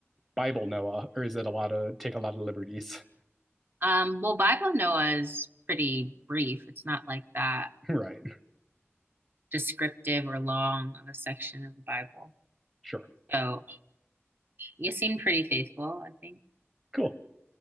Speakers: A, on the right (about 20°); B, on the right (about 50°).
A: Bible Noah, or is it a lot of take a lot of liberties?
B: Um, well, Bible Noah is pretty brief. It's not like that
A: <laughs> right.
B: descriptive or long of a section of the Bible.
A: Sure.
B: So You seem pretty faithful, I think.
A: Cool.